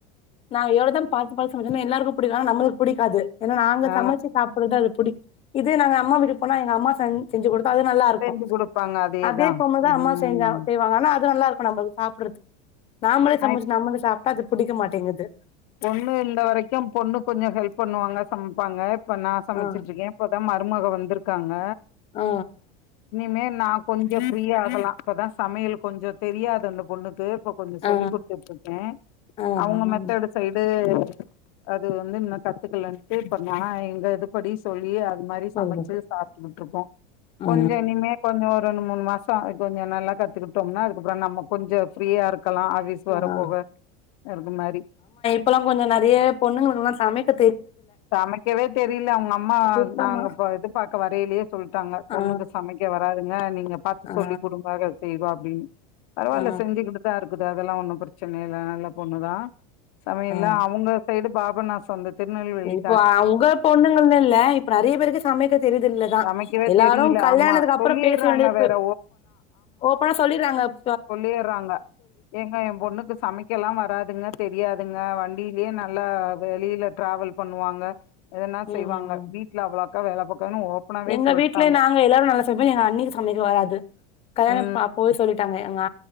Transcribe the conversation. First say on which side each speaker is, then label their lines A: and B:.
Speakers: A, on the left; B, on the left.
A: நான் எவ்வளவுதான் பார்த்து பார்த்து எல்லாருக்கும் தா பிடிக்கா நம்மளுக்கு புடிக்காது ஏன்னா நாங்க
B: ஆ
A: சமைச்சு சாப்புடுறது அது புடிக்கும் இது நாங்க அம்மா விட்டு போனா எங்க அம்மா செஞ் செஞ்ச கொடு அது நல்லா இருக்கும்
B: செஞ்சு குடுப்பாங்க. அதேதான்.
A: அதே கொழும்புதான்
B: ம்.
A: அம்மா செஞ்ச செய்வாங்க ஆனா அது நல்லா இருக்கும் <unintelligible> சாப்புடுறது நாமளே
B: நான்
A: சமைச்சு
B: இப்
A: நம்மளே சாப் அது புடிக்க மாட்டேங்குது
B: பொண்ணு இந்த வரைக்கும் பொண்ணு கொஞ்சம் ஹெல்ப் பண்ணுவாங்க சமைப்பாங்க இ நான் சமைச்சட்டு
A: ஆ
B: இருக்கேன் இப்பதான் மருமக வந்திருக்காங்க
A: ஆ ஆ
B: இனிமே நான் கொஞ்சம் ஃப்ரீய ஆகலாம் இப்பதான் சமையல் கொஞ்சம் தெரியாது அந்த பொண்ணுக்கு ப்ப கொஞ்சம்
A: ஆ
B: சொல்லி்
A: ஆ
B: கொடுத்துட்டு இருக்கேன்
A: ஆ
B: அவங்க
A: ஆ ஆ
B: ந்து அது வந்து இல்ல கத்துக்கலன்ட்டு இப்ப நான் எங்க இது படி சொல்லி இது மாதிரி
A: சொல்லுது
B: சமைச்சு சாப்ட்டுட்டு இருக்கோம்
A: ஆ
B: கொஞ்சம் இனிமே கொஞ்சம் ஒரு ரெண்டு மூணு மாசம் கொஞ்சம் நல்லா கத்துக்கிட்டோம்னா அதுக்கப்புறம் நம்ம கொஞ்சம் ஃப்ரீயா இருக் கலாம் ஆபீஸ் வர
A: ஆ ஆ.
B: போக இருக்கு மாரி
A: இப்பெல்லாம் கொஞ்சம் நெறைய பொண்ணுங்களுக்குெல்லாம்மைக்க
B: சமைக்கவே தெரியல அவங்க அம்மா
A: சுத்தமா
B: நாங்க பா இது பா க்க வரலயே சொல்டாங்க பொண்ணுக்கு
A: ஆ
B: சமைக்க வராதுங்க நீங்க பாத்து
A: ஆ ஆ
B: சொல்லி கொடுங்க அவ செய்வா <unintelligible> பரவாயில்ல
A: ஆ
B: செஞ்சுக்கிட்டுதா இருக் அதெல்லா ஒண்ணு பிரச்சனை இல்ல நல்ல பொண்ணுதா சமையலா
A: ஆ
B: அவங்க சைடு பா பண்ண சொந்த திருநெல்வேலி
A: இப்ப உங்க பொண்ணுங்குனு இல்ல இப்ப நெறைய பேருக்கு சமைக்க தெரியுது இல்லதா
B: சமைக்கவே
A: எல்லாரு
B: தெரியல
A: கல்யாணத்துக்கு
B: ஆமா
A: அப்புறோ
B: சொல்லிர்றாங்க
A: பேச வேண்டியது
B: வேற
A: பே ஓப்பனா சொல்லிர தாங்கப்
B: சொல்லிடுறாங்க ஏங்க என் பொண்ணுக்கு சமைக்கலா வராதுங்க தெரியாதுங்க வ டிலயே நல்லா வெளியில டிராவல் பண்ணுவாங்க எதுனா
A: ம்
B: செய்வாங்க
A: ம்
B: வீடல அவ்ளா க வேல பாக்காதுன்னு ஓப்பனாவே
A: எங்க
B: சொல்ட்டாங்க
A: வீட்ல நாங்க எல்லாரு நல்லா சமைப்போ எங்க அண்ணிக்கு சமைக்க வராது கல்யாணம்
B: ம்
A: அப்பவே சொல்லிட்டாங்க ஏங்க